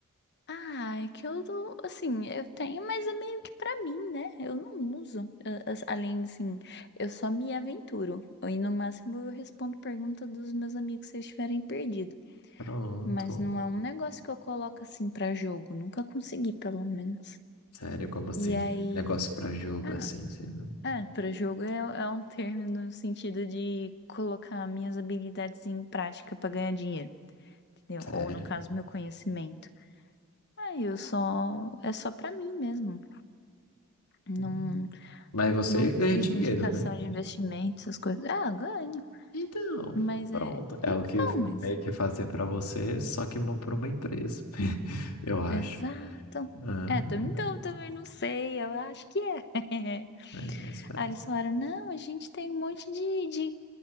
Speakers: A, on the left (about 50°); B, on the left (about 85°).
A: Ah, é que eu, não- assim, eu tenho, mas é meio que pra mim, né? Eu não uso. A- a- Além, assim, eu só me aventuro. E no máximo eu respondo pergunta dos meus amigos se eles estiverem perdidos.
B: Pronto.
A: Mas não é um negócio que eu coloco assim pra jogo. Nunca consegui, pelo menos.
B: Sério, como assim?
A: E aí.
B: Negócio pra jogo
A: Ah,
B: assim, sei lá.
A: é, pra jogo é, é um termo no sentido de colocar minhas habilidades em prática pra ganhar dinheiro, entendeu?
B: Sério.
A: Ou no caso, meu conhecimento. Ah, eu só. É só pra mim mesmo. Não,
B: Hum. Mas você
A: nunca
B: ganha
A: fiz
B: dinheiro,
A: indicação
B: né?
A: de investimento, essas coisas. Ah, ganho.
B: Então,
A: Mas
B: pronto.
A: é.
B: É
A: Então,
B: o que
A: mas
B: meio que fazer pra você, só que mão pra uma empresa. <laughs> Eu acho.
A: Exato.
B: Ah,
A: É, tam- então eu também não sei, eu acho que é. <laughs>
B: é, isso parece.
A: Aí eles falaram, não, a gente tem um monte de, de,